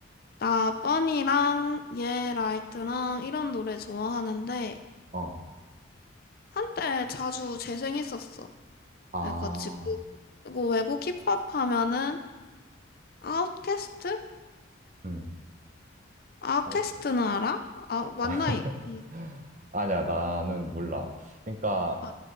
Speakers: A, on the left; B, on the right.
A: 나 뻔이랑 예 라이트랑 이런 노래 좋아하는데,
B: 어,
A: 한때 자주 재생했었어.
B: 아,
A: 해가지고 그리고 외국 힙합 하면은 아웃캐스트?
B: 음,
A: 아웃캐스트는
B: 어떻게?
A: 알아? 아 맞나
B: <laughs>
A: 이? 이-
B: 아니야, 나는 몰라. 그러니까
A: 아,